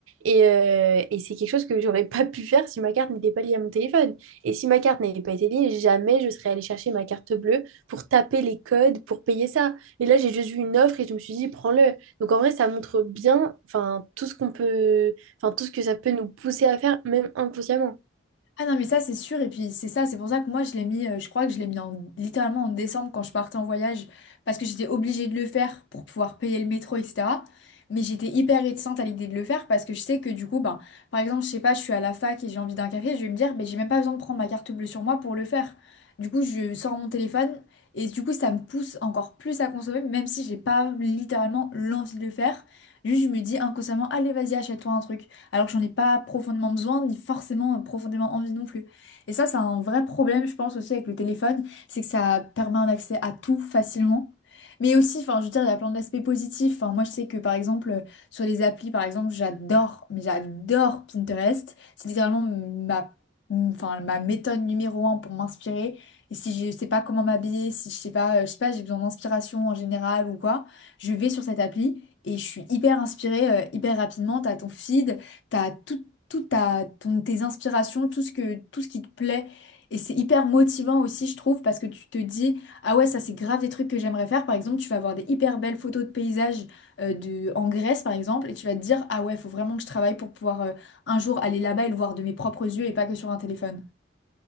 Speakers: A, on the right; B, on the left.
A: Et, euh, et c'est quelque chose que j'aurais pas pu faire si ma carte n'était pas liée à mon téléphone. Et si ma carte n'avait pas été liée, jamais je serais allée chercher ma carte bleue pour taper les codes pour payer ça. Et là j'ai juste vu une offre et je me suis dit prends-le. Donc en vrai ça montre bien enfin tout ce qu'on peut, enfin tout ce que ça peut nous pousser à faire même inconsciemment.
B: Ah non, mais ça, c'est sûr. Et puis, c'est ça, c'est pour ça que moi, je l'ai mis, euh, je crois que je l'ai mis en, littéralement en décembre quand je partais en voyage, parce que j'étais obligée de le faire pour pouvoir payer le métro, etc. Mais j'étais hyper réticente à l'idée de le faire parce que je sais que du coup, ben, par exemple, je sais pas, je suis à la fac et j'ai envie d'un café, je vais me dire, ben, j'ai même pas besoin de prendre ma carte bleue sur moi pour le faire. Du coup, je sors mon téléphone et du coup, ça me pousse encore plus à consommer, même si j'ai pas littéralement l'envie de le faire. Juste, je me dis inconsciemment, allez, vas-y, achète-toi un truc alors que j'en ai pas profondément besoin, ni forcément euh, profondément envie non plus. Et ça, c'est un vrai problème, je pense, aussi avec le téléphone, c'est que ça permet un accès à tout facilement. Mais aussi, enfin, je veux dire, il y a plein d'aspects positifs. Enfin, moi, je sais que, par exemple, euh, sur les applis, par exemple, j'adore, mais j'adore Pinterest. C'est littéralement ma, enfin, ma méthode numéro un pour m'inspirer. Et si je sais pas comment m'habiller, si je sais pas, euh, je sais pas, j'ai besoin d'inspiration en général ou quoi, je vais sur cette appli et je suis hyper inspirée, euh, hyper rapidement. T'as ton feed, t'as tout, tout ta, ton, tes inspirations, tout ce que, tout ce qui te plaît. Et c'est hyper motivant aussi, je trouve, parce que tu te dis, ah ouais, ça c'est grave des trucs que j'aimerais faire. Par exemple, tu vas avoir des hyper belles photos de paysages euh, de, en Grèce, par exemple, et tu vas te dire, ah ouais, faut vraiment que je travaille pour pouvoir euh, un jour aller là-bas et le voir de mes propres yeux et pas que sur un téléphone.